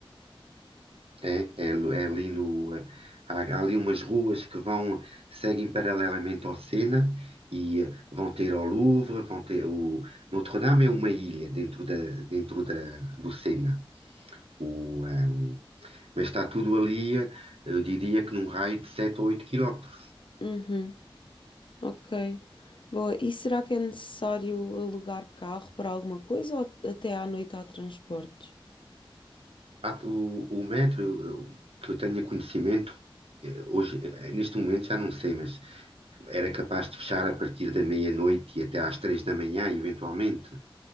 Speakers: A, on the right; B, on the left.
A: É, é, l- é ali no, eh, há, há ali umas ruas que vão, seguem paralelamente ao Sena e eh, vão ter ao Louvre, vão ter o Notre-Dame é uma ilha dentro da, dentro da, do Sena. O, ehm, mas está tudo ali, eh, eu diria que num raio de 7 ou 8 quilómetros.
B: Uhum, ok. Boa. E será que é necessário alugar carro para alguma coisa ou até à noite há transportes?
A: há- o, o metro eu- eu- que eu tenha conhecimento, eh, hoje, eh, neste momento já não sei, mas era capaz de fechar a partir da meia-noite e até às três da manhã, eventualmente.